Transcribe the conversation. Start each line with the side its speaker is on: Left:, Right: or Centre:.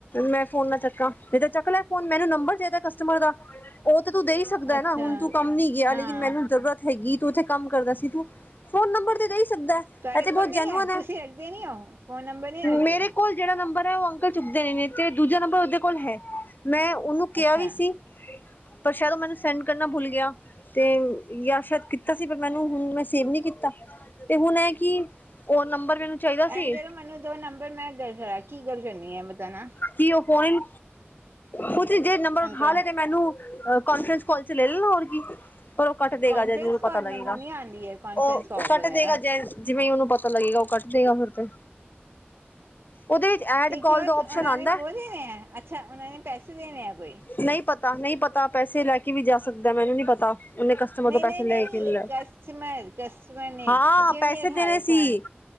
Left: ਮੈਂ ਫੋਨ ਨਾ ਚੱਕਾਂ। ਨਹੀਂ ਤੇ ਚੱਕ ਲੈ ਫੋਨ ਮੈਨੂੰ ਨੰਬਰ ਦੇਦੇ ਕਸਟਮਰ ਦਾ। ਉਹ ਤੇ ਤੂੰ ਦੇ ਹੀ ਸਕਦੈ
Right: ਅੱਛਾ
Left: ਨਾ। ਹੁਣ, ਤੂੰ ਕੰਮ ਨੀ ਗਿਆ
Right: ਹਾਂ
Left: ਲੇਕਿਨ ਮੈਨੂੰ ਜ਼ਰੂਰਤ ਹੈਗੀ ਤੂੰ ਉੱਥੇ ਕੰਮ ਕਰਦਾ ਸੀ। ਤੂੰ ਫੋਨ ਨੰਬਰ ਤੇ ਦੇ ਈ ਸਕਦੈ,
Right: ਤੁਹਾਡੇ
Left: ਇਹ ਤੇ ਬਹੁਤ
Right: ਕੋਲ ਨਹੀਂ
Left: ਜੈਨੂਅਣ ਹੈ।
Right: ਤੁਸੀਂ ਰੱਖਦੇ ਨੀ ਹੋ ਫੋਨ ਨੰਬਰ ਨਹੀਂ ਰੱਖਦੇ?
Left: ਮੇਰੇ ਕੋਲ ਜਿਹੜਾ ਨੰਬਰ ਹੈ। ਉਹ ਅੰਕਲ ਚੁੱਕਦੇ ਨੇ ਤੇ, ਦੂਜਾ ਨੰਬਰ ਉਹਦੇ ਕੋਲ ਹੈ। ਮੈਂ ਉਹਨੂੰ ਕਿਹਾ
Right: ਅੱਛਾ
Left: ਵੀ ਸੀ ਪਰ ਸ਼ਾਇਦ ਉਹ ਮੈਨੂੰ ਸੈਂਡ ਕਰਨਾ ਭੁੱਲ ਗਿਆ ਤੇ ਯਾ ਸ਼ਾਇਦ ਕੀਤਾ ਸੀ ਪਰ ਮੈਨੂੰ ਹੁਣ ਮੈਂ ਸੇਵ ਨਹੀਂ ਕੀਤਾ। ਤੇ ਹੁਣ ਇਹ ਕਿ ਉਹ ਨੰਬਰ ਮੈਨੂੰ ਚਾਹੀਦਾ ਸੀ
Right: ਇੰਝ ਕਰੋ ਮੈਨੂੰ ਦੋ ਨੰਬਰ, ਮੈਂ ਗੱਲ ਕਰਾਂ, ਕੀ ਗੱਲ ਕਰਨੀ ਏ ਬਚਾਨਾ।
Left: ਕੀ ਉਹ ਫੋਨ, ਕੁਛ ਜੇ ਨੰਬਰ ਉਠਾ
Right: ਅੰਕਲ।
Left: ਲੇ ਤੇ - ਮੈਨੂੰ ਅ ਕੋਨਫਰੰਸ ਕਾਲ'ਚ ਲੈ ਲਣ, ਹੋਰ ਕੀ। ਪਰ ਉਹ ਕੱਟ ਦੇਗਾ
Right: ਕਨਫਰੈਂਸ
Left: ਜੱਦ ਓਹਨੂੰ
Right: ਕਾਲ
Left: ਪਤਾ ਲੱਗੇਗਾ।
Right: ਮੈਨੂੰ ਨੀ ਆਂਦੀ ਐ ਕਨਫਰੈਂਸ
Left: ਉਹ
Right: ਕਾਲ
Left: ਕੱਟ
Right: ਵਗੈਰਾ।
Left: ਦੇਗਾ ਜੈ ਜਿਵੇਂ ਹੀ ਉਹਨੂੰ ਪਤਾ ਲੱਗੇਗਾ ਉਹ ਕੱਟ ਦੇਗਾ ਫੇਰ ਤੇ। ਉਹਦੇ'ਚ ਐਡ
Right: ਤੇ
Left: ਕਾਲ
Right: ਕਿਉਂ
Left: ਦਾ ਓਪਸ਼ਨ
Right: ਉਹਨਾਂ
Left: ਆਂਦੈ,
Right: ਨੇ ਉਹ ਦੇਣੇ ਐ ਅੱਛਾ ਉਹਨਾਂ ਨੇ ਪੈਸੇ ਦੇਣੇ ਐ ਕੋਈ।
Left: ਨਹੀਂ? ਤਾਨ ਨਈ ਪਤਾ ਪੈਸੇ ਲੈ ਕੇ ਵੀ ਜਾ ਸਕਦੈ, ਮੈਨੂੰ ਨਹੀਂ ਪਤਾ। ਉਹਨੇ ਕਸਟਮਰ
Right: ਨਹੀਂ
Left: ਤੋਂ ਪੈਸੇ
Right: ਨਹੀਂ
Left: ਲਏ ਕੇ ਨਹੀਂ ਲਏ,
Right: ਕਸਟਮਰ ਕਸਟਮਰ ਨੇ
Left: ਹਾਂ
Right: ਕਿਉਂ
Left: ਪੈਸੇ
Right: ਨਹੀਂ ਉਠਾ
Left: ਦੇਣੇ
Right: ਰਹੇ
Left: ਸੀ।
Right: ਫੋਨ।